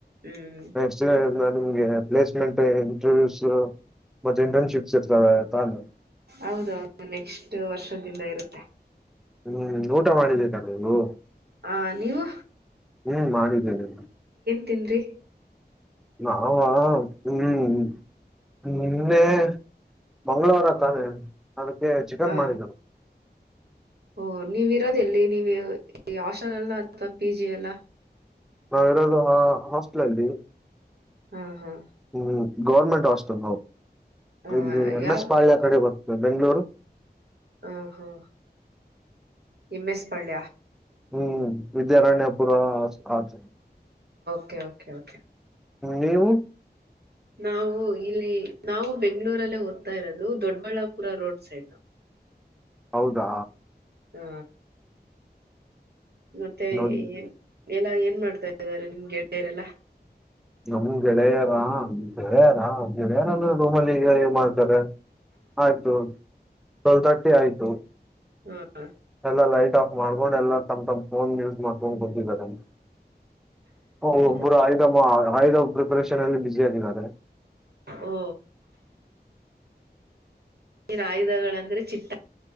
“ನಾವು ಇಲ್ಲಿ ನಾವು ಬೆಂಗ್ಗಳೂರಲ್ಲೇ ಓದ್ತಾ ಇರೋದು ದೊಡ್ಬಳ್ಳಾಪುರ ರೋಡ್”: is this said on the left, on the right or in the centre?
Right